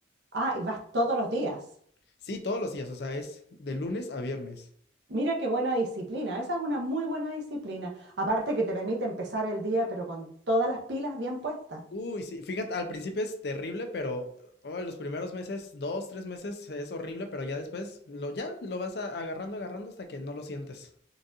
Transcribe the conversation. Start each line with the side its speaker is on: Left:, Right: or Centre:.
Right: Ah, y vas todos los días.
Left: Sí, todos los días, o sea, es de lunes a viernes.
Right: Mira qué buena disciplina, esa es una muy buena disciplina. Aparte que te permite empezar el día, pero con todas las pilas bien puestas.
Left: Uy, sí, fíjate, al principio es terrible, pero oh, los primeros meses, dos, tres meses es horrible, pero ya después lo, ya lo vas a- agarrando, agarrando hasta que no lo sientes.